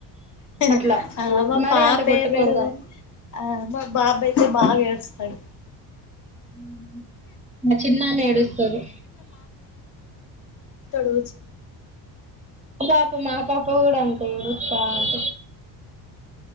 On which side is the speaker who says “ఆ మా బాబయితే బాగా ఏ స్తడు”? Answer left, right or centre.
Left